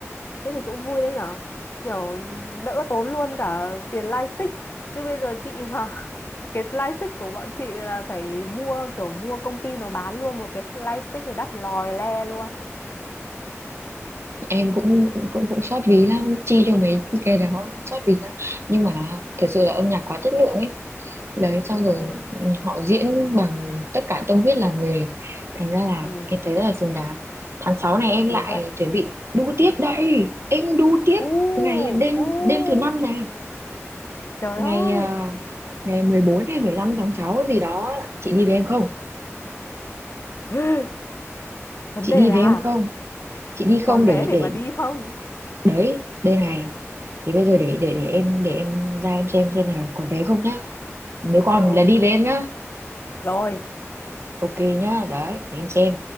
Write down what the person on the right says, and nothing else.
Em cũng cũng cũng xót ví lắm, chi cho mấy cái đó cũng xót ví lắm. Nhưng mà thật sự là âm nhạc quá chất lượng ấy. đấy xong
rồi
ừ, họ diễn bằng tất cả tâm huyết làm nghề thành ra là
em thấy rất là xứng đáng tháng sáu này em
lại
chuẩn bị đu tiếp đây em đu tiếp
ngày đêm
đêm thứ năm này
ngày
à, ngày 14 hay 15 tháng 6 gì đó chị đi với em không
chị
đi
với em không chị đi không
để
để
đấy đây này thì bây giờ để để để em để em ra em xem xem là còn vé không nhá nếu còn
là đi với em nhá
ok nhá đấy thì em xem